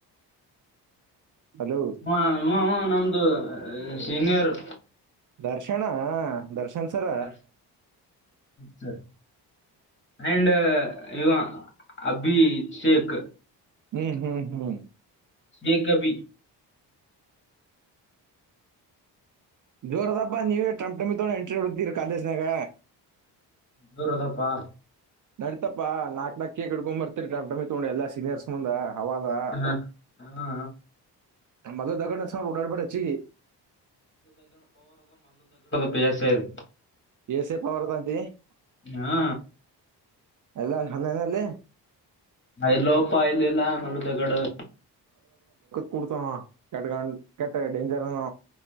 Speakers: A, on the right (about 45°); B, on the left (about 25°).
A: ಹಲೋ
B: ಹ ನಮ್ದು ಸೀನಿಯರ್
A: ದರ್ಶನ ದರ್ಶನ್ ಸರ
B: ದರ್ಶ್ ಸರ್ ಅಂಡ್ ಇವ ಅಭಿ ಶೇಕ
A: ಹ್ಮ್ ಹ್ಮ್ ಹ್ಮ್
B: ಈ ಕಭ
A: ಜೋರ್ ಅದಪ್ಪ ನೀವೇ ಟಮ್ ಟಮಿ ತಗೊಂಡ ಎಂಟ್ರಿ ಹೊಡತೀರಿ ಕಾಲೇಜ್ನಯಾಗ
B: ದೂರ ಅದಪ್ಪಾ
A: ನಡಿತತಾ ನಾಕ್ ನಾಕ ಕಡ್ಕೊಂಡ್ಂಬರ್ತತಿರಿ ಅಮಟಮಿ ತಗೊಂಡಿ ಎಾ ಸೀನಿಯರ್ಸ್ ಮುಂದ ಹದಾ
B: ಹಾ ಹಾ
A: ಮದ ದಗನ ಉಡಡ್ಪಡ ಹೆಚ್ಚ
B: ಪಜ ಸರ್
A: ಎೇ ಸೇಪ ವರ್ತಂತೆ <unintelligible>
B: ಹಾ
A: ಎಲ್ಲ ಸ್ಣನಲ್ಲಿ <unintelligible>
B: ಆಐಲೋಪ್ಪ ಇಲ್ಲಿಲ್ಲ ಮಲು ದಗಡು
A: ಕುಡ್ತ ಕೆ ಗ ಕೆಟ್ಟ ಡೇಂಜರ್ <unintelligible>